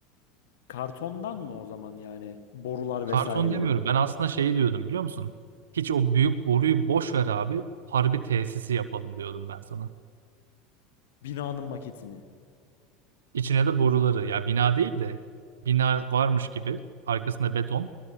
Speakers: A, on the left; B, on the right.
A: Kartondan mı o zaman yani borular
B: Karton
A: vesaire yerine?
B: demiyorum. Ben aslında şeyi diyordum biliyor musun? Hiç o büyük boruyu boş ver abi. Harbi tesisi yapalım diyordum ben sana.
A: Binanın maketini.
B: İçine de boruları. Ya bina değil de bina varmış gibi. Arkasında beton.